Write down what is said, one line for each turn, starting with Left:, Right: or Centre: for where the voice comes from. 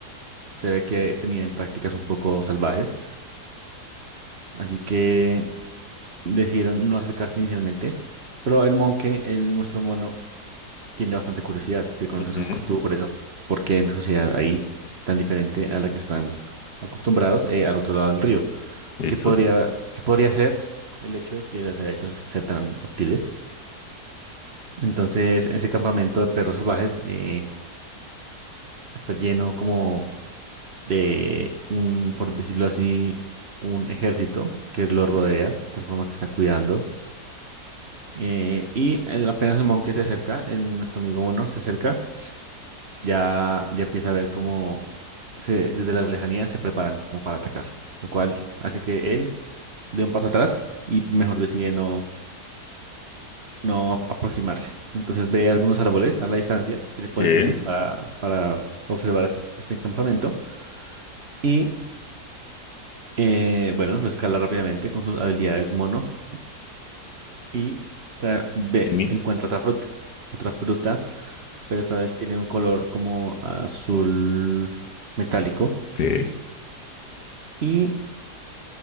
Right: se ve que tenían prácticas un poco salvajes. Así que decidieron no acercarse inicialmente. Pero el monje, el nuestro mono, tiene bastante curiosidad de conocer
Left: ujú.
Right: sus costumbres o por qué en sociedad ahí tan diferente a la que están acostumbrados eh, al otro lado del río.
Left: ¿Listo?
Right: que podría, que podría ser el hecho de que las haya hecho ser tan hostiles. Entonces, ese campamento de perros salvajes eh, está lleno como de un, por decirlo así, un ejército que los rodea, de tal forma que está cuidando. Eh, y el- apenas el monje se acerca, el- nuestro amigo Mono se acerca, ya, ya empieza a ver cómo se, desde la lejanía se preparan como para atacar, lo cual hace que él dé un paso atrás y mejor decide no. no a- aproximarse. Entonces ve algunos árboles a la distancia que le pueden
Left: Sí.
Right: servir para, para observar este, este campamento. Y eh, bueno, lo escala rápidamente con sus habilidades mono y tra- ve,
Left: Jimmy.
Right: encuentra otra fruta. Otra fruta, pero esta vez tiene un color como azul metálico.
Left: Sí.
Right: Y